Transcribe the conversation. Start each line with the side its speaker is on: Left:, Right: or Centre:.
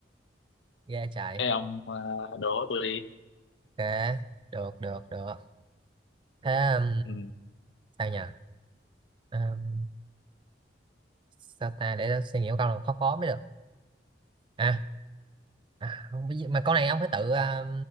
Right: ra chạy.
Left: thế ông ờ, đố tôi đi
Right: Ok, được, được, được. Thế um,
Left: ừ,
Right: sao nhỉ? Um, sao ta để tôi suy nghĩ một câu nào khó khó mới được à, à không, biết gì- mà câu này ông phải tự ờ,